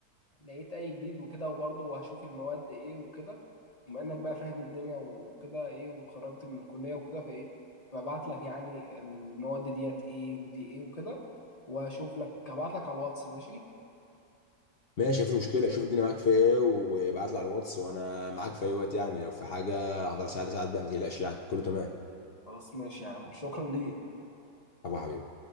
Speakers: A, on the left (about 30°); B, on the left (about 60°).
A: لقيت اي جديد وكده وبرضه هشوف المواد ايه وكده بما انك بقى فاهم الدنيا وكده ايه واتخرجت من الكليه وكده فايه ببعت لك يعني المواد ديت ايه ودي ايه وكده واشوف لك هبعت لك على الواتس ماشي
B: ماشي مفيش مشكله شوف الدنيا معاك في ايه وابعت لي على الواتس وانا معاك في اي وقت يعني لو في حاجه هقدر اساعد اساعد بيها ما تقلقش يعني كله تمام
A: خلاص ماشي يا عم شكرا ليك
B: عفو يا حبيبي